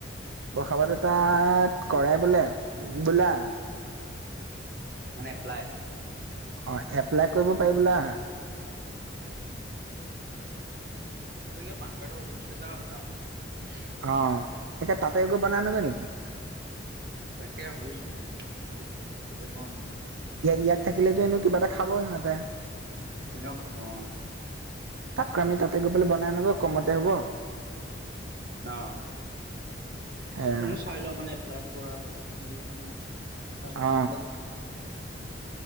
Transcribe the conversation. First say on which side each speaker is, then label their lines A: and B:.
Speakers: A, on the right; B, on the right.
A: প্ৰসাৱা <unintelligible> কৰে বোলে বোলা
B: মানে এপ্লাই
A: অ' এপ্লাই কৰিব পাৰি বোলা।
B: তাতে কিবা পান কাৰ্ডৰ অফিচ এটা। <unintelligible>
A: অ' এতিয়া তাঁতে গৈ বনাই আনোগে নেকি?
B: তাকে ভাবিছো মই। তাকে কওঁ নেকি
A: ইয়াত থাকিলেতো এনোও কিবা এটা খাব সিহঁতে।
B: এনেও খাব অ'।
A: তাতকৈ আমি তাতে গৈ পেলাই বনাই আনোগে কমতে হ'ব।
B: অ'
A: সেয়া
B: ময়ো চাই লও মানে এপ্লাইত। কৰা কথা কি আছে ন কথা <unintelligible>
A: অ